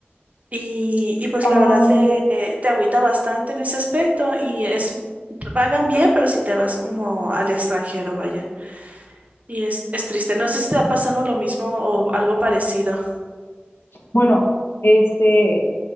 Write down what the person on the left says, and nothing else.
Ah,
bueno, este,